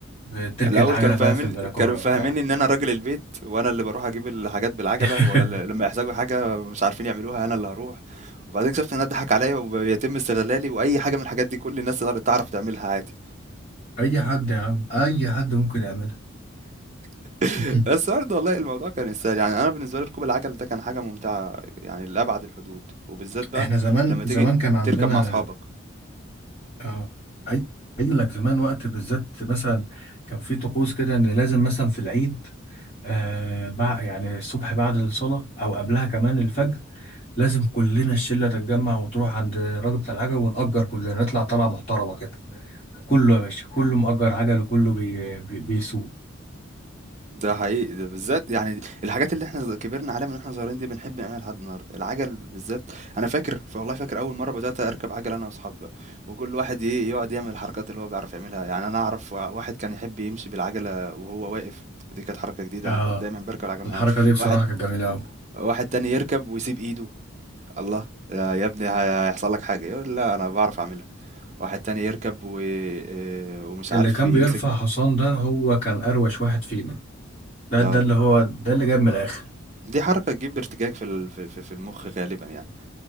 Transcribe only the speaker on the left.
بتركن
العجلة
بقى
في البلكونة
وبتاع
<laughs>
اي حد يا عم اي حد ممكن يعملها
<laughs>
احنا زمان
زمان
كان عندنا
اه اي اقول لك زمان وقت بالذات مثلا كان في طقوس كده ان لازم مثلا في العيد آه بع... يعني الصبح بعد الصلاة او قبلها كمان الفجر لازم كلنا الشلة تتجمع وتروح عند الراجل بتاع العجل ونأجر كلنا نطلع طلعة محترمة كده كله يا باشا كله مأجر عجل وكله بي... بي... بيسوق
اه
الحركة
دي بصراحة
كانت جميلة أوي
اللي
كان
بيرفع حصان ده هو كان أروش واحد فينا ده ده
اللي هو ده اللي جايب من الآخر